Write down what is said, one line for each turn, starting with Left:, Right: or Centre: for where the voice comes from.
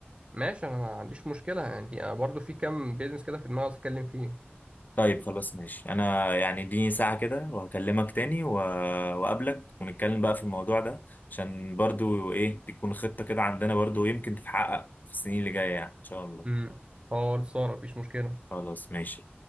Right: ماشي انا ما عنديش مشكله يعني دي- أنا برضو في كام بيزنس كده في دماغي عاوز اتكلم فيه
Left: طيب خلاص ماشي انا يعني اديني ساعه كده وهكلمك تاني و- واقابلك ونتكلم بقى في الموضوع ده عشان برضو ايه تكون خطه كده عندنا برضو يمكن تتحقق في السنين اللي جايه يعني ان شاء الله
Right: امم خلصانه مفيش مشكله
Left: خلاص ماشي